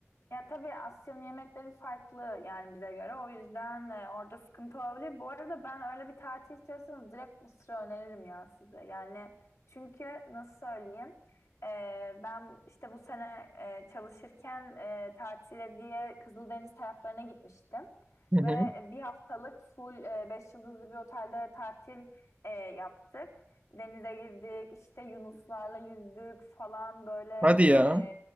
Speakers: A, on the left; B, on the right.
A: Ya tabii Asya'nın yemekleri farklı yani bize göre. O yüzden e, orada sıkıntı olabilir. Bu arada ben öyle bir tatil istiyorsanız direkt Mısır'ı öneririm ya size. Yani çünkü nasıl söyleyeyim? E, ben işte bu sene e, çalışırken e, tatile diye Kızıldeniz taraflarına gitmiştim.
B: Hı
A: Ve
B: hı.
A: bir haftalık full e, beş yıldızlı bir otelde tatil e, yaptık. Denize girdik, işte yunuslarla yüzdük falan böyle.
B: Hadi ya.
A: e,